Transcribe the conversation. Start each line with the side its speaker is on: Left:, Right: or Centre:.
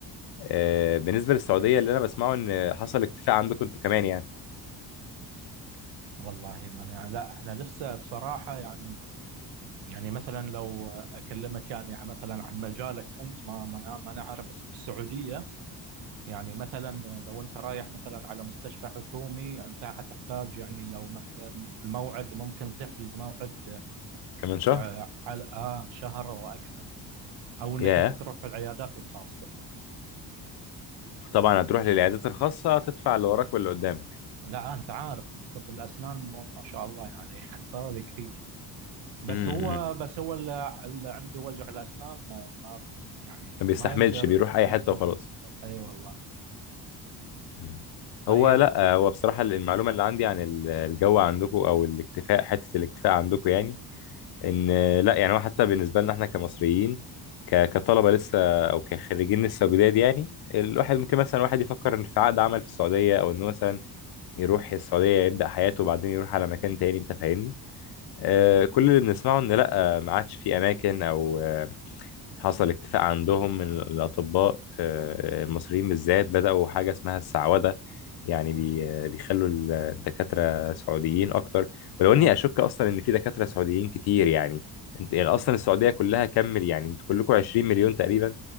Left: آه، بالنسبة للسعودية اللي أنا بسمعه إن حصل اكتفاء عندكم أنتوا كمان يعني
Right: والله ما أنا- يعني لا احنا لسه بصراحه يعني يعني مثلا لو اكلمك يعني مثلا عن مجالك انت ما ما ما انا عارف بس في السعوديه يعني مثلا لو انت رايح مثلا على مستشفى حكومي انت حتحتاج يعني لو مثلا الموعد ممكن تحجز موعد
Left: كمان شهر
Right: آه، على آه، شهر واكثر او انك
Left: ياه
Right: انت تروح العيادات الخاصه
Left: طبعا هتروح للعيادات الخاصة تدفع اللي وراك واللي قدامك
Right: لا انت عارف طب الاسنان ما ما شاء الله يعني <laughs> طوالي كثير بس
Left: امم
Right: هو بس هو اللي اللي عنده وجع الاسنان ما ما- يعني
Left: ما بيستحملش
Right: ما يقدر
Left: بيروح
Right: ما
Left: أي حتة
Right: يقدر
Left: وخلاص
Right: ينتظر اي والله
Left: مم.
Right: طيب
Left: هو لا آه، هو بصراحة المعلومة اللي عندي عن ال- الجو عندكم أو الاكتفاء حتة الاكتفاء عندكم يعني ان لا يعني هو حتى بالنسبه لنا احنا كمصريين ك- كطلبه لسه او كخريجين لسه جداد يعني الواحد ممكن مثلا واحد يفكر ان في عقد عمل في السعوديه او انه مثلا يروح السعوديه يبدا حياته وبعدين يروح على مكان تاني انت فاهمني آه
Right: أها.
Left: كل اللي بنسمعه ان لا آه، ما عادش في اماكن او حصل اكتفاء عندهم من الأطباء آه، المصريين بالذات بدأوا حاجة اسمها السعودة يعني بي آه، بيخلوا الدكاترة سعوديين أكتر ولو إني
Right: آه.
Left: أشك أصلا إن في دكاترة سعوديين كتير يعني أنت يعني أصلا السعودية كلها كمل يعني أنتوا كلكم 20 مليون تقريبا